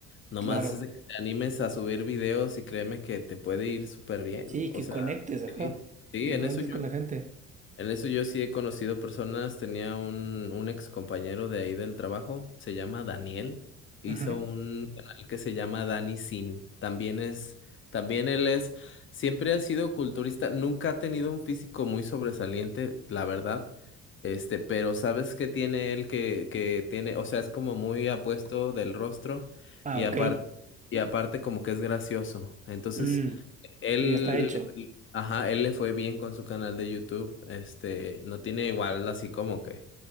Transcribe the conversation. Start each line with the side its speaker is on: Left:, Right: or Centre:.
Left: Nomás
Right: Claro.
Left: es de que te animes a subir videos y créeme que te puede ir súper bien.
Right: Sí,
Left: O
Right: que
Left: sea,
Right: conectes, ajá.
Left: sí, sí,
Right: Que
Left: en
Right: conectes
Left: eso yo
Right: con la gente.
Left: en eso yo sí he conocido personas, tenía un, un ex compañero de ahí del trabajo, se llama Daniel, hizo
Right: Ajá.
Left: un canal que se llama Dani Sin, también es, también él es, siempre ha sido culturista, nunca ha tenido un físico muy sobresaliente, la verdad, este, pero ¿sabes qué tiene él que, que tiene, o sea, es como muy apuesto del rostro
Right: Ah,
Left: y
Right: ok.
Left: aparte, y aparte como que es gracioso, entonces
Right: Mm,
Left: él,
Right: esto ya está hecho.
Left: le- ajá, él le fue bien con su canal de YouTube. Este, no tiene igual así como que